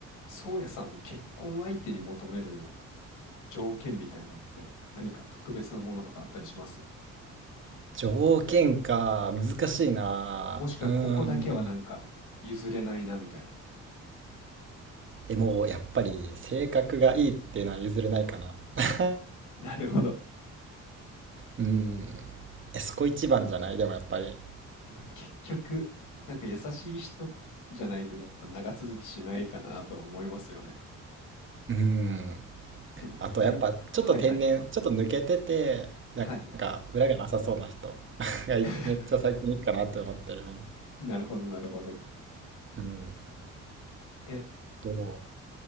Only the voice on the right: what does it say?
条件か、難しいな。
うーん。でも、やっぱり性格がいいっていうのは譲れないかな。<laughs>
うーん。え、そこ一番じゃないでもやっぱり。
うーん。
あと、やっぱ、ちょっと天然、
ちょっと抜けてて、
なんか、裏がなさそうな人 <laughs> がいめっちゃ最近いいかなって思ってるよ。
うん。
ど